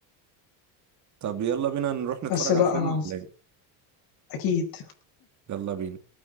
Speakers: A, on the right; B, on the left.
A: طب يلا بينا نروح نتفرج
B: بس لا
A: على الفيلم
B: انا
A: ولا ايه
B: اكيد
A: يلا بينا